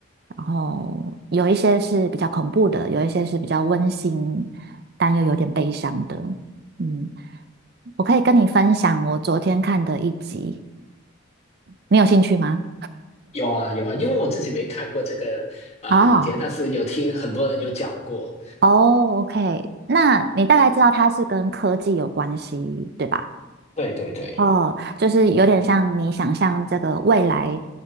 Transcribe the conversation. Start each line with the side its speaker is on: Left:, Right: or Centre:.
Right: 然后有一些是比较恐怖的，有一些是比较温馨，但又有点悲伤的。嗯，我可以跟你分享我昨天看的一集，你有兴趣吗？
Left: 有啊有啊，因为我自己没看过这个呃影集，
Right: 啊，
Left: 但是有听很多人有讲过。
Right: 哦，OK，那你大概知道它是跟科技有关系，对吧？
Left: 对对对，
Right: 哦，就是有点像你想象这个未来